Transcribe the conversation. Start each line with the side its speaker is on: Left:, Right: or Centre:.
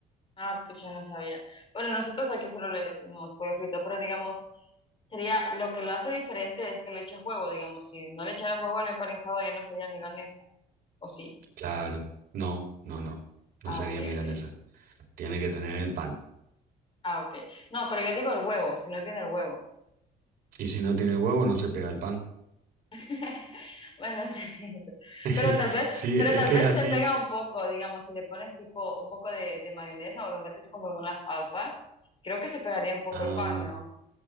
Left: Ah, pues ya no sabía. Bueno, nosotros aquí solo le decimos pollo frito, pero digamos, sería lo que lo hace diferente es que le echas huevo, digamos, si no le echaras huevo al empanizado ya no sería milanesa, ¿o sí?
Right: Claro. No, no, no.
Left: Ah,
Right: No sería
Left: ok,
Right: milanesa.
Left: ok.
Right: Tiene que tener el pan.
Left: Ah, ok. No, pero yo digo el huevo, si no tiene el huevo.
Right: Y si no tiene huevo, no se pega el pan.
Left: <laughs> Bueno, <laughs> es cierto.
Right: <laughs>
Left: Pero tal vez,
Right: Sí,
Left: pero
Right: es
Left: tal
Right: que
Left: vez
Right: es así.
Left: se pega un poco, digamos, si le pones tipo un poco de, de mayonesa o lo metes como en una salsa, creo que se pegaría un poco
Right: Ah,
Left: el pan, ¿no?